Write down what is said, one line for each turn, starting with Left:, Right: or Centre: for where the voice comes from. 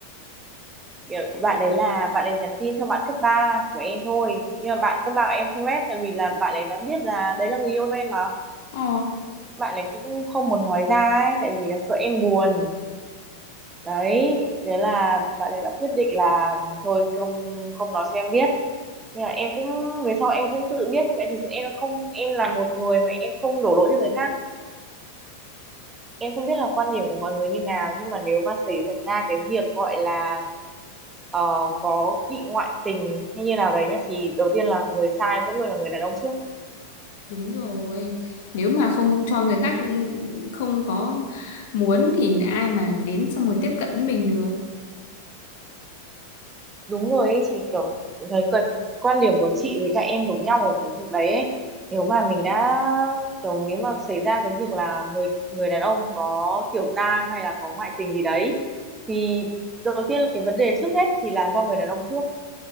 Right: kiểu bạn ấy là bạn ấy nhắn tin cho bạn cấp 3 của em thôi nhưng mà bạn cấp 3 của em không rep tại vì là bạn ấy đã biết là đấy là người yêu em mà
Left: Ồ
Right: bạn ấy cũng không muốn nói ra ấy tại vì là sợ em buồn đấy đấy là bạn ấy đã quyết định là thôi không không nói cho em biết nhưng mà em cũng về sau em cũng tự biết nhưng mà thực sự em không em là một người mà em không đổ lỗi cho người khác em không biết là quan điểm của mọi người như nào nhưng mà nếu mà xảy ra cái việc gọi là ờ, có bị ngoại tình hay như nào đấy nhá thì đầu tiên là người sai vẫn luôn là người đàn ông trước
Left: Đúng rồi. Nếu mà không cho người khác ừ, không có muốn thì ai mà đến xong rồi tiếp cận với mình được.
Right: đúng rồi ấy chị kiểu thấy quan quan điểm của chị với cả em giống nhau ở cái việc đấy ấy nếu mà mình đã kiểu nếu mà xảy ra cái việc là người người đàn ông có tiểu tam hay là có ngoại tình gì đấy thì đầu tiên cái vấn đề trước hết thì là do người đàn ông trước